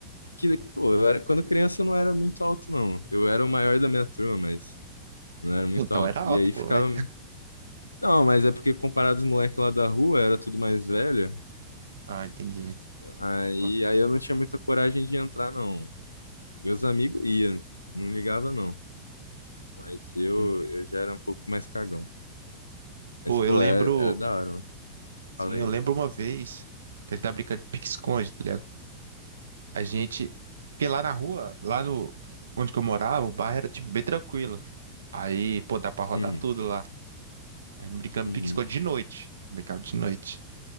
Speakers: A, on the left; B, on the right.
A: Que, pô, eu era, quando criança eu não era muito alto, não. Eu era o maior da minha turma, mas não era muito
B: Então
A: alto.
B: era alto,
A: E aí
B: pô.
A: ficava...
B: ué.
A: Não, mas é porque comparado aos moleques lá da rua, era tudo mais velho.
B: Ah, entendi.
A: Aí,
B: Pô,
A: aí eu não tinha muita coragem de entrar, não. Meus amigos iam, não ligava, não. Mas eu,
B: hum.
A: eu já era um pouco mais cagão.
B: Pô,
A: Mas, pô,
B: eu lembro.
A: era, era da hora, mano. Falei,
B: Sim, eu lembro uma vez que ele tá brincando de pique-esconde, tá ligado? A gente. Porque lá na rua, lá no. Onde que eu morava, o bairro era, tipo, bem tranquilo. Aí, pô, dá pra rodar
A: hum,
B: tudo lá. A gente brincando
A: uhum,
B: de pique-esconde de noite. Brincava de noite.